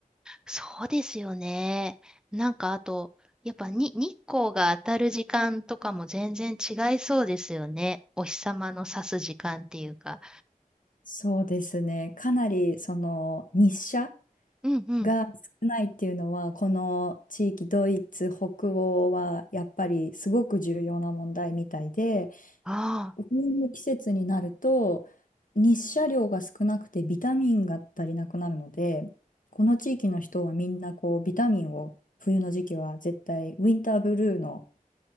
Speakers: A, in the centre; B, on the left.
A: そうですよね。なんかあと、やっぱに日光が当たる時間とかも全然違いそうですよね。お日様の差す時間っていうか。
B: そうですね。かなりその日射
A: うんうん。
B: が少ないっていうのは、この地域、ドイツ、北欧はやっぱりすごく重要な問題みたいで、
A: ああ。
B: 冬の季節になると日射量が少なくてビタミンが足りなくなるので、この地域の人はみんなこうビタミンを冬の時期は絶対ウィンターブルーの